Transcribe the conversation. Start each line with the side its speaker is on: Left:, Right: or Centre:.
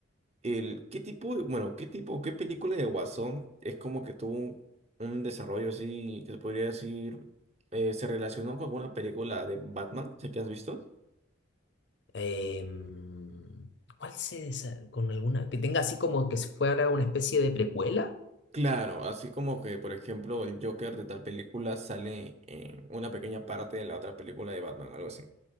Right: El, ¿qué tipo de, bueno, qué tipo, qué película de Guasón es como que tuvo un, un desarrollo así, que se podría decir, eh, se relacionó con alguna película de Batman, sé que has visto?
Left: Em, ¿cuál se desa- con alguna que tenga así como que fuera una especie de precuela?
Right: Claro, así como que, por ejemplo, el Joker de tal película sale en una pequeña parte de la otra película de Batman, algo así.